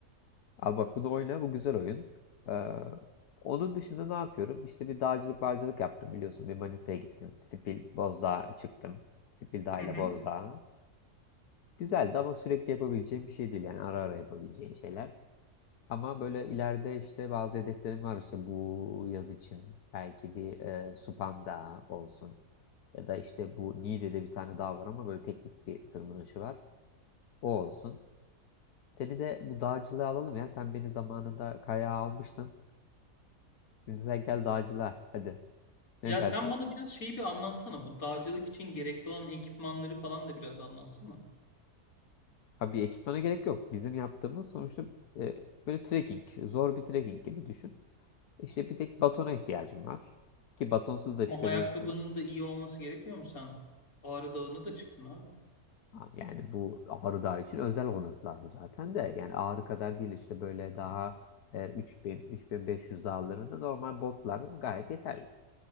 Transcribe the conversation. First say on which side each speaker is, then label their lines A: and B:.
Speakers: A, on the left; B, on the left.
A: Abi bak bunu oyna bu güzel oyun. Ee, onun dışında ne yapıyorum? İşte bir dağcılık barcılık yaptım biliyorsun. Bir Manisa'ya gittim. Sipil, Bozdağ'a çıktım. Sipil Dağ
B: Hı
A: ile
B: hı.
A: Bozdağ'a. Güzeldi ama sürekli yapabileceğim bir şey değil. Yani ara ara yapabileceğim şeyler. Ama böyle ileride işte bazı hedeflerim var. İşte bu yaz için belki bir e, Supan Dağı olsun. Ya da işte bu Niğde'de bir tane dağ var ama böyle teknik bir tırmanışı var. O olsun. Seni de bu dağcılığa alalım ya. Sen beni zamanında kayağa almıştın. Şimdi sen gel dağcılığa. Hadi.
B: Ya
A: Ne dersin?
B: sen bana biraz şeyi bir anlatsana. Bu dağcılık için gerekli olan ekipmanları falan da biraz anlatsana.
A: Abi bir ekipmana gerek yok. Bizim yaptığımız sonuçta e, böyle trekking. Zor bir trekking gibi düşün. İşte bir tek batona ihtiyacın var. Ki batonsuz da
B: Ama
A: çıkabilirsin.
B: ayakkabının da iyi olması gerekmiyor mu? Sen Ağrı Dağı'na da çıktın abi.
A: Yani bu Ağrı Dağı için özel olması lazım zaten de. Yani Ağrı kadar değil işte böyle daha e, 3000, 3500 dağlarında normal botlar gayet yeterli.